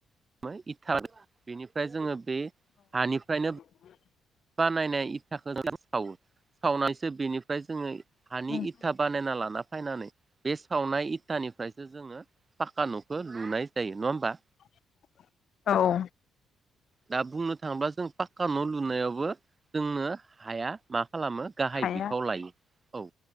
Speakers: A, on the right; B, on the left.
A: मो इटार बेनिफ्राय जोङो बे हानिफ्रायनो
B: उम
A: बानायनाय इथाखौ <inaudible> सावो। सावनायसो बेनिफ्राय जोङो हानि
B: उम
A: इथा बानायना लाना फैनानै बे सावनाय इथानि निफ्रायसो जोङो पाक्का न'खौ लुनाय जायो नङा होमबा
B: <inaudible> औ औ
A: दा बुंनो थाङोबा जों पाक्का न' लुनायावबो जोंनो हाया मा खालामो गाहाय
B: हाया
A: बिफाव लायो औ